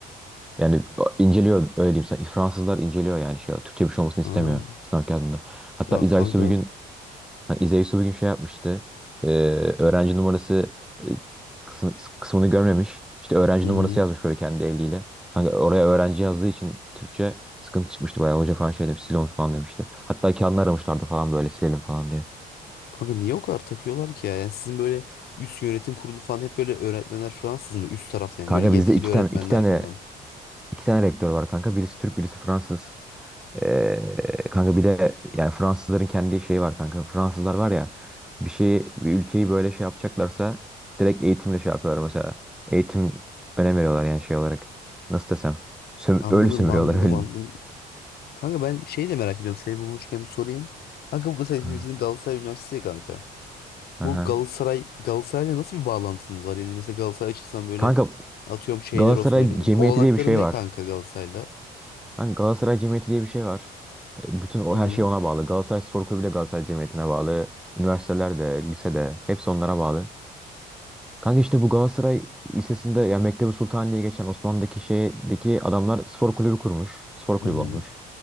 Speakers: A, in the centre; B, on the left.
A: yani inceliyor öyle diyeyim sana. Fransızlar inceliyor yani şey. Türkçe bir şey olmasını
B: Aa,
A: istemiyor sınav kağıdında. Hatta
B: ya
A: İzahi
B: kanka
A: bir gün Ha, İzey Su bugün şey yapmıştı. Ee, öğrenci numarası e, kısmı- kısmını görmemiş. İşte öğrenci
B: Hı hı.
A: numarası yazmış böyle kendi eliyle. Kanka oraya öğrenci yazdığı için Türkçe sıkıntı çıkmıştı bayağı. Hoca falan şey demiş, sil onu falan demişti. Hatta kendini aramışlardı falan böyle silelim falan diye.
B: Kanka niye o kadar takıyorlar ki ya? Yani sizin böyle üst yönetim kurulu falan hep böyle öğretmenler Fransız mı? Üst tarafta yani
A: Kanka
B: böyle yetkili
A: bizde iki
B: öğretmenler
A: tane iki tane
B: falan.
A: iki tane rektör var kanka. Birisi Türk, birisi Fransız. Ee, kanka bir de yani Fransızların kendi şeyi var kanka. Fransızlar var ya bir şeyi bir ülkeyi böyle şey yapacaklarsa direkt eğitimle şey yapıyorlar mesela. Eğitim önem veriyorlar yani şey olarak. Nasıl desem? Söm
B: Anladım
A: öyle sömürüyorlar
B: anladım
A: öyle.
B: anladım. Kanka ben şeyi de merak ediyorum. Seni bulmuşken bir sorayım. Kanka bu mesela hepimizin
A: Hı.
B: Galatasaray Üniversitesi ya kanka.
A: Aha.
B: Bu Galatasaray Galatasaray'la nasıl bir bağlantınız var? Yani mesela Galatasaray açısından böyle
A: Kanka
B: atıyorum şeyler
A: Galatasaray
B: olsun böyle.
A: Cemiyeti
B: Olanakları
A: diye bir şey
B: ne
A: var.
B: kanka Galatasaray'la?
A: Kanka, Galatasaray Cemiyeti diye bir şey var. E, Bütün o
B: Hı
A: her
B: hı.
A: şey ona bağlı. Galatasaray Spor Kulübü de Galatasaray Cemiyeti'ne bağlı. Üniversiteler de, lise de hepsi onlara bağlı. Kanka işte bu Galatasaray Lisesi'nde ya Mektebi Sultan diye geçen Osmanlı'daki şeydeki adamlar spor kulübü kurmuş. Spor
B: Hı
A: kulübü
B: hı.
A: olmuş.